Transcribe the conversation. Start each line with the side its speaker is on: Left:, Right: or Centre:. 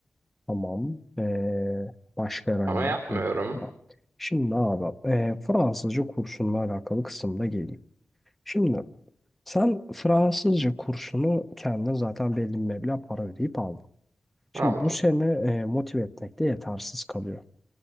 Centre: Tamam. Ee, başka herhangi
Right: Ama yapmıyorum.
Centre: bir problem var. Şimdi abi ee, Fransızca kursunla alakalı kısımda geleyim. Şimdi sen Fransızca kursunu kendine zaten belli bir meblağ para ödeyip aldın. Şimdi
Right: Aldım.
Centre: bu seni ee, motive etmekte yetersiz kalıyor.